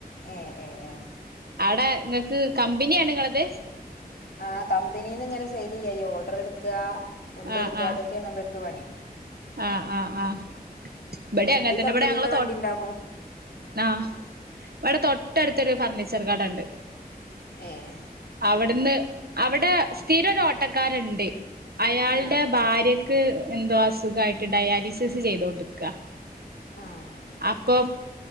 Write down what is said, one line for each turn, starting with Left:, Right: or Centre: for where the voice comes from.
Left: ഏ എ എ
Right: അവടെ ഇങ്ങക്ക് കമ്പനിയാണ് ഇങ്ങളത്
Left: ആ കമ്പനിന്ന്ങ്ങനെ സെയിലെയ്യായ്യാ ഓഡറ്ട്ക്ക കൊണ്ടൊട്ക്ക
Right: ആഹ് ആഹ്
Left: അതൊക്കെണ് ഇവര്ക്ക് പണി
Right: ആഹ് ആഹ് ആഹ് ഇവിടെ
Left: വണ്ടി
Right: അങ്ങൻതന്നെ
Left: കമ്പനിയിലത്തെ
Right: ഇവിടെ ഞങ്ങളെ തൊ
Left: വണ്ടി ഉണ്ടാക്കും
Right: ആഹ് ഇവടെ തൊട്ടടുത്തൊരു ഫർണിച്ചർ കടണ്ട്
Left: ഏഹ്
Right: അവിട്ന്ന് അവിടെ സ്ഥിരരോട്ടക്കാരുണ്ട് അയാൾടെ
Left: ആ
Right: ഭാര്യ ക്ക് എന്തോ അസുഖായിട്ട് ഡയാലിസിസ് ചെയ്തോണ്ടിക്ക
Left: ആഹ്
Right: അപ്പൊ